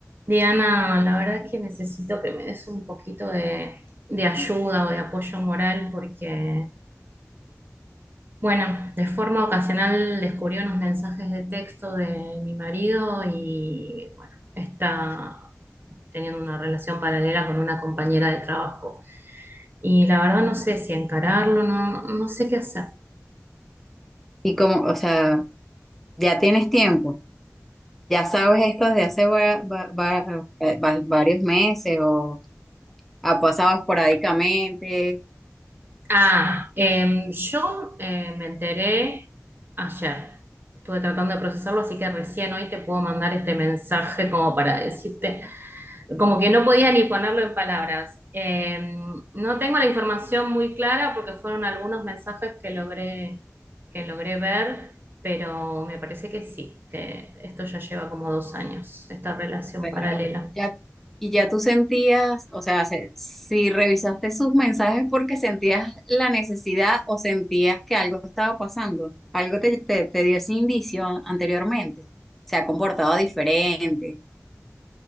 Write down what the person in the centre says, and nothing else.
Y como, o sea, ya tienes tiempo, ya sabes esto desde hace va- va- va- eh, va- varios meses o ha pasado esporádicamente,
pero
ya, y ya tú sentías, o sea, se- si revisaste sus mensajes porque sentías la necesidad o sentías que algo estaba pasando, algo te, te, te dio ese indicio anteriormente, se ha comportado diferente,